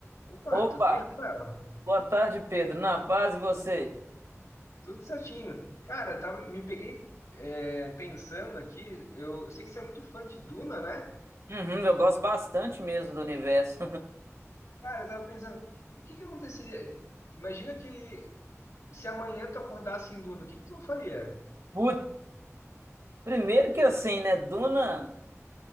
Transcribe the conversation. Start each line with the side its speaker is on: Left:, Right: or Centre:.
Left: Opa,
Right: Opa,
Left: tudo bem, Rafael?
Right: boa tarde, Pedro. Na paz e você?
Left: Tudo certinho. Cara, tava, me peguei é, pensando aqui, eu, eu sei que você é muito fã de Duna, né?
Right: Uhum, eu gosto bastante mesmo do universo.
Left: Cara, eu tava pensando, e o que que aconteceria? Imagina que se amanhã tu acordasse em Duna, o que que tu faria?
Right: <laughs> Putz, primeiro que assim, né, Duna,